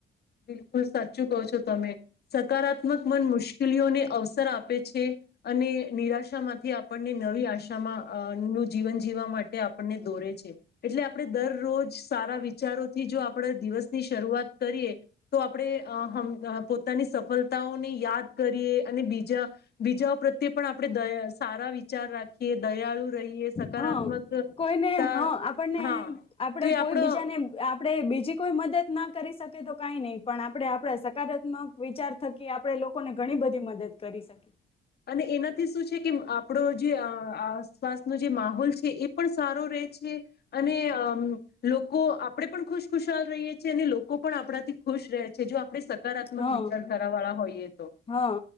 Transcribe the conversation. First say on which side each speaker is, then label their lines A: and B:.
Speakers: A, on the left; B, on the left.
A: બિલકુલ સાચું કહો છો તમે. સકારાત્મક મન મુશ્કેલીઓને અવસર આપે છે અને નિરાશામાંથી આપણને નવી આશામાં અ નું જીવન જીવવા માટે આપણને દોરે છે. એટલે આપણે દરરોજ સારા વિચારોથી જો આપણે દિવસની શરૂઆત કરીએ તો આપણે અ હમ પોતાની સફળ તાઓ ને યાદ કરીએ અને બીજા બીજાઓ પ્રત્યે પણ આપણે દ સારા વિચાર રાખીએ દયાળુ રહીએ સકારાત્મક
B: હ, કોઈને
A: તા
B: હ, આપણને
A: હા
B: આપડે
A: તો એ
B: કોઈ
A: આપણો
B: બીજાને આપ આપણે બીજી કોઈ મદદ ના કરી શકે તો કઈ નહી, પણ આપણે આપણા સકારાત્મક વિચાર થકી, આપણે લોકોને ઘણી બધી મદદ કરી શકીએ.
A: અને એનાથી શું છે, કે આપડો જે અહ આ સ્વાસ્થ નો જે માહોલ છે એ પણ સારો રહે છે. અને અમ્મ લોકો આપડે પણ ખુશ ખુશાલ રહીએ છીએ અને લોકો પણ આપડાથી ખુશ રહે છે. જો આપડે સ કારાત્મક
B: હા
A: વિચાર ધરાવાળા હોઈએ.
B: હા,